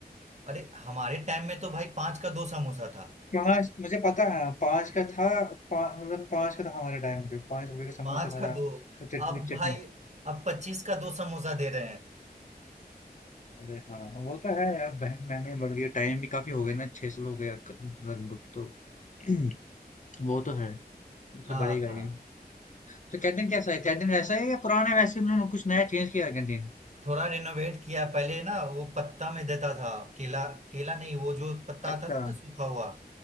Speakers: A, on the right (about 45°); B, on the left (about 50°).
A: अरे हमारे टाइम में तो भाई पांच का दो समोसा था
B: पाँच मुझे पता है पाँच का था पा, मतलब पाँच का था हमारे टाइम पे पाँच रुपए का समोसा
A: पांच
B: था,
A: का
B: था
A: दो
B: और चटनी
A: अब भाई
B: चटनी
A: अब पच्चीस का दो समोसा दे रहे हैं
B: अरे हाँ वो तो है यार बह- महंगाई बढ़ गई है, टाइम भी काफी हो गया ना छह सौ हो गया क- लगभग तो <clears throat> वो तो है वो
A: हाँ
B: तो बढ़ेगा
A: हाँ
B: ही तो कैंटीन कैसा है कैंटीन वैसा है या पुराने वैसे ही उन्होंने कुछ नया चेंज किया है कैंटीन
A: थोड़ा रिनोवेट किया पहले ना वो पत्ता में देता था केला केला नहीं वो जो पत्ता
B: अच्छा
A: आता था ना सूखा हुआ